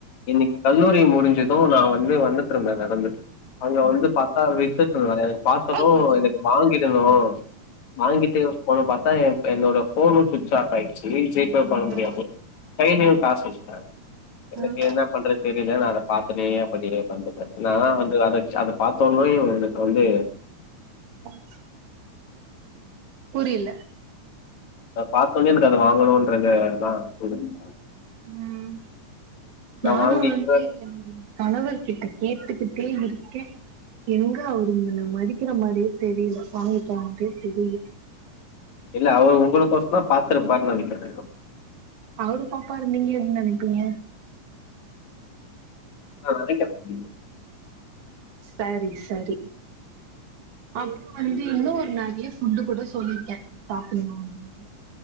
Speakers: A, on the left (about 65°); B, on the right (about 75°).
A: இன்னைக்கு கல்லூரி முடிஞ்சது நா வந்து வந்துட்ருந்த நடந்து அங்க வந்து
B: ம்
A: பாத்தா வித்துட்ருந்தாங்அத பாத்தது
B: அய்யய்யோ
A: எனக்கு வாங்கிடணு வாங்கிட்டு ஏ ஃபோன பாத்தா ஏ என்னோட ஃபோனு சுச் ஆஃப் ஆயி ச்சி ஜி பே பண்ண
B: அ
A: முடியாது கைலியு காசு இல்ல எனக்கு
B: அ
A: என்ன பண்றது தெரில நா அத பாத்துனே அப்டியே வந்துட்டே நா வந்து அத ச அத பாத்தோன்னு இவ எனக்கு வந்து
B: <inaudible> புரில்ல
A: அத பாத்தொன்னே எனக்கு அத வாங்கணுன்றத தா <inaudible>
B: ம்
A: நான்
B: நானு
A: வாங்கி
B: வந்து என்னுடைய கணவர் கிட்ட கேட்டுக்கிட்டே இருக்கே எங்க அவரு என்ன மதிக்கிற மாரியே தெரில வாங்கி தர மாரியே தெரில
A: இல்ல அவரு உங்களுக்கு ஓசோறோ தா பாத்துருப்பாருனு நெனக்கிறே
B: அவரு பாப்பாரு நீங்க என்ன நெனைப்பீங்க
A: நா நெனைக்கிறே
B: சரி சரி அப்றோ வந்து இன்னு ஒரு நிறைய ஃபுட்டு கூட சொல்லிருக்கே சாப்புடணு அப்டின்ட்டு